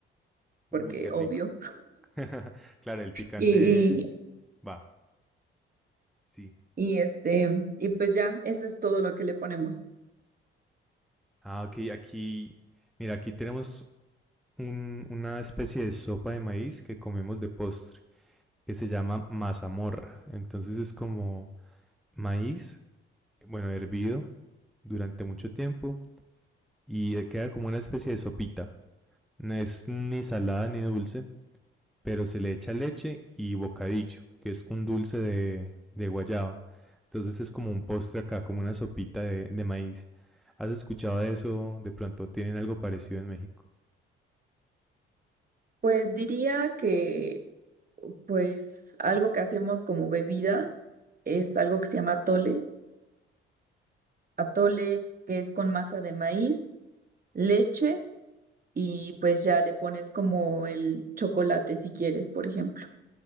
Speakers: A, in the centre; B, on the right.
A: Uy,
B: porque
A: qué
B: obvio.
A: rico. <laughs> Claro, el picante
B: Y, y,
A: va, sí.
B: y, este, y pues ya, eso es todo lo que le ponemos.
A: Ah, ok, aquí, mira, aquí tenemos un- una especie de sopa de maíz que comemos de postre. que se llama mazamorra. Entonces es como maíz, bueno, hervido durante mucho tiempo y eh, queda como una especie de sopita. No es ni salada ni dulce, pero se le echa leche y bocadillo, que es un dulce de, de guayaba. Entonces es como un postre acá, como una sopita de, de maíz. ¿Has escuchado de eso? De pronto tienen algo parecido en México.
B: Pues diría que pues algo que hacemos como bebida es algo que se llama atole, atole que es con masa de maíz, leche y pues ya le pones como el chocolate si quieres, por ejemplo.